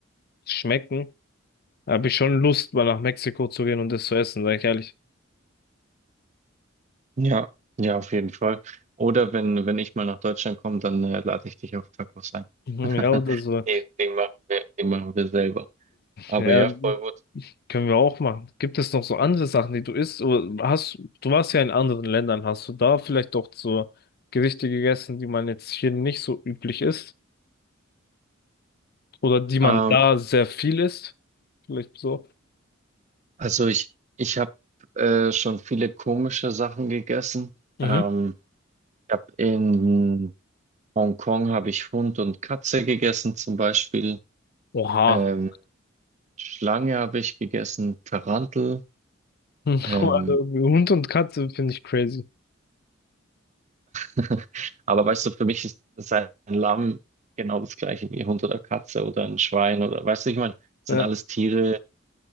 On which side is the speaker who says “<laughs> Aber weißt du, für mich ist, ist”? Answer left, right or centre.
Right